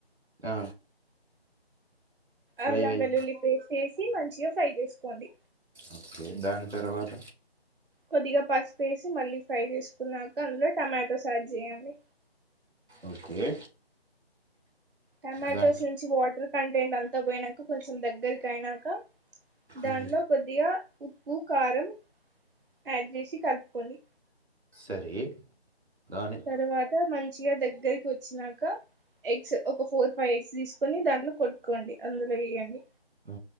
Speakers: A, on the right; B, on the right.
A: ఆ ఫ్రై
B: అల్లం
A: అయి
B: వెల్లుల్లి పేస్ట్ వేసి మంచిగా ఫ్రై చేసుకోండి
A: ఓకే దాని తర్వాత
B: కొద్దిగా పసుపేసి మళ్ళీ ఫ్రై చేసుకున్నాక అందులో టమాటాస్ యాడ్ చేయండి.
A: ఓకే
B: టమాటోస్
A: దా
B: నుంచి వాటర్ కంటెంట్ అంతా పోయినాక కొంచెం దగ్గరకి అయినాక దాంట్లో
A: ఉమ్,
B: కొద్దిగా ఉప్పు, కారం యాడ్ చేసి కలుపుకోండి.
A: సరే దాని
B: తరువాత మంచిగా దగ్గరికి వచ్చినాక ఎగ్స్ ఒక ఫోర్ ఫైవ్ ఎగ్స్ తీసుకొని దాంట్లో కొట్టుకోండి అందులో వెయ్యండి.
A: హు